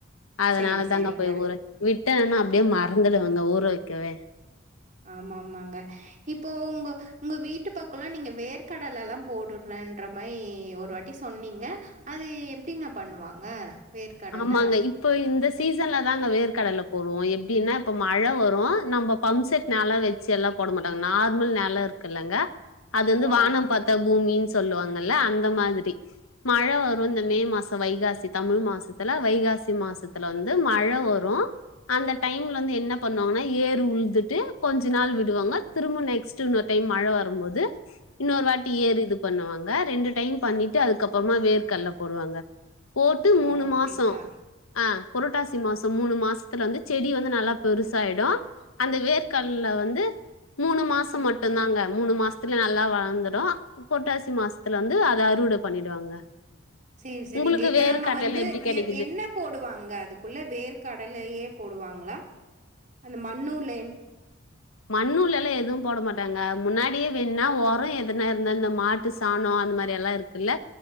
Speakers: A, on the left; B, on the right.
A: அதனால
B: சேரி
A: தாங்க
B: சேரிங்க
A: போய் ஊர விட்டனா அப்டியே மறந்துடுவங்க ஊர வெ கெவெ
B: ஆமா ஆமாங்க இப்போ உங்க உங்க வீட்டு பக்கொல்லா நீங்க வேர்க்கடலல்லா போடுறன்ற மாயி ஒரு வாட்டி சொன்னீங்க அது எப்டிங்க பண்ணுவாங்க வேர்க்கடல
A: ஆமாங்க இப்போ இந்த ஸ் சீசன்ல தாங்க வேர்க்கடல போடுவோ எப்டின்னா இப்போ மழ வரு நம்பொ பம்செட் நால வெச்சி எல்லா போட மாட்டோங்க நார்மல் நெல இருக்குல்லங்க அது வந்து
B: ஓ
A: வானம்
B: அப்-
A: பாத்த பூமின்னு சொல்லுவாங்கல்ல அந்த மாதிரி மழ வரு இந்த மே மாச வைகாசி தமிழ் மாசத் துல வைகாசி மாசத்துல வந்து மழ வரு அந்த டைம் வந்து என்ன பண்ணுவாங்னா ஏறு உழுதுட்டு கொஞ்ச நாள் விடுவாங்க திரும்ப நெக்ஸ்ட் இன்னொரு டைம் மழ வரும்போது இன்னொரு வாட்டி ஏறு இது பண்ணுவாங்க ஆ ரெண்டு டைம் பண்ணிட்டு அதுக்கப்றமா வேர்கல்ல போடுவாங்க போட்டு
B: ஓ
A: மூணு
B: அப்டிங்களா
A: மாச து ஆ புரட்டாசி மாசம் மூணு மாசத்துல வந்து செடி வந்து நல்லா பெருசாய்டு அந்த வேர்கல்ல வந்து மூணு மாசம்
B: ம்
A: மட்டும் தாங்க மூணு மாசத்துல நல்லா வளந்துடும் புரட்டாசி மாசத்துல வந் து அதை அறுவடை பண்ணிடுவாங்க
B: சேரி சேரிங்க.
A: உங்களுக்கு
B: இப்ப
A: வேறு
B: நம்ம
A: கடலைலாம்
B: வந்து
A: எப்பிடி
B: எ என்ன போடுவாங்க அதுக்குள்ள வேர்கடலையே போடுவாங் லா அந்த மண்ணூ <unintelligible>
A: மண்ணூல எல்லாம் எதுவும் போட மாட்டாங்க முன்னாடியே வேண்னா உரம் எதுனா இருந்தா ந்த மாட்டு சாணம் அந்த மாரி எல்லாம் இருக்குல்ல